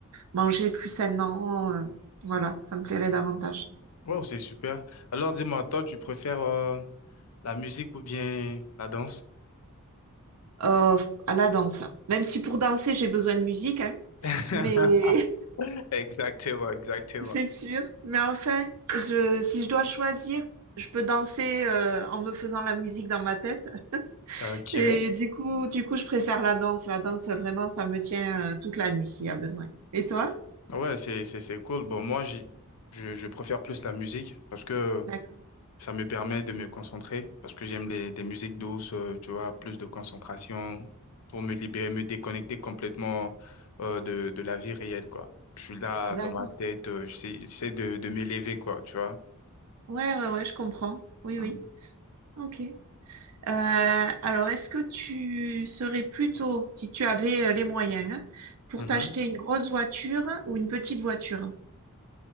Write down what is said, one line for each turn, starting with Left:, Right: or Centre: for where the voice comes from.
Right: manger plus sainement. euh, voilà, ça me plairait davantage.
Left: Wow, c'est super. Alors, dis-moi, toi, tu préfères euh, la musique ou bien la danse?
Right: Euh, à la danse. Même si pour danser, j'ai besoin de musique, hein,
Left: <laughs>
Right: mais
Left: Exactement, exactement.
Right: <laughs> c'est sûr. Mais enfin, je, si je dois choisir, je peux danser euh, en me faisant la musique dans ma tête.
Left: Ok,
Right: Et du coup, du coup, je préfère la danse. La danse, vraiment, ça me tient euh, toute la nuit s'il y a besoin. Et toi?
Left: ouais, c'est, c'est, c'est cool. Bon, moi, j'ai- je, je préfère plus la musique parce que
Right: D'accord,
Left: ça me permet de me concentrer, parce que j'aime les, des musiques douces, euh, tu vois, plus de concentration pour me libérer, me déconnecter complètement euh, de, de la vie réelle, quoi. Je suis là
Right: d'accord.
Left: dans ma tête, euh, j'essaie, j'essaie de, de m'élever, quoi, tu vois.
Right: Ouais, ouais, ouais, je comprends. Oui,
Left: Mhm.
Right: oui. Ok. Euh, alors, est-ce que tu serais plutôt, si tu avais euh, les moyens, hein, pour
Left: Mhm.
Right: t'acheter une grosse voiture ou une petite voiture?